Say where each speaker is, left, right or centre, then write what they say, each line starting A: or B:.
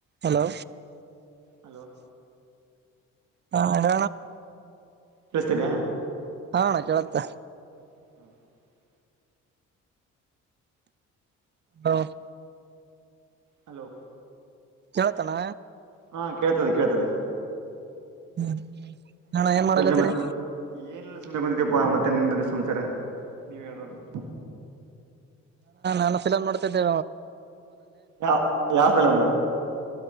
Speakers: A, on the right (about 35°); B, on the right (about 65°).
A: Hello
B: hello
A: ಹಾ ಅಣ್ಣ
B: ಕೇಳೋಸ್ತಿದಿಯ
A: ಹ ಅಣ್ಣ ಕೇಳುತ್ತೆ
B: <inaudible>
A: ಹ
B: ಹಲೋ
A: ಕೇಳತಣ್ಣ
B: ಹಾ ಕೇಳ್ತದೆ ಕೇಳ್ತದೆ
A: <inaudible> ಆ ಅಣ್ಣ ಏನ್ ಮಾಡಕತಿರಿ
B: ಹೇಳ್ರಿ ಮತ್ ಏನಿಲ್ಲ ಸುಮ್ನೆ ಬಂದಿದ್ದೀಪ್ಪಾ ಮತ್ತೆ ನಿಮ್ದ ಏನ್ ಸಮಾಚಾರ ನೀವ ಹೇಳ್ಬೇಕು
A: ನಾನು ಫಿಲಮ್ ನೋಡ್ತಿದೆ
B: ಯಾವ ಯಾವ ಫಿಲಂ